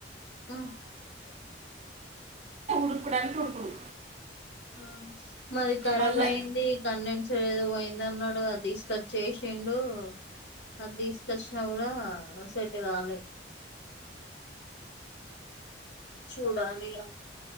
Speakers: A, on the left; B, on the right.
A: ఆ
B: ఉడుకుడంటే ఉడుకుడు
A: ఆ మాది ఖరాబ్
B: మళ్ళా
A: అయింది తన్ ఏదో పోయిందన్నాడు అది తీసుకొచ్చేసిండు అది తీసుకొచ్చినా కూడా సెట్ కాలే చూడాలి ఇగ